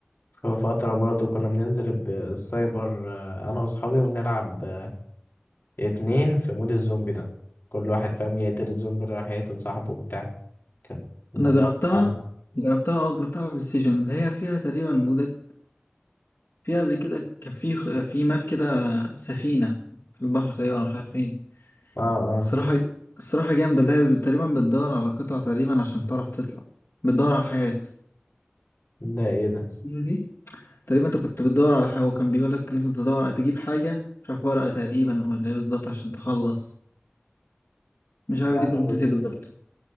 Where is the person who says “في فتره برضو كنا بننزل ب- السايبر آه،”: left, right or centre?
Left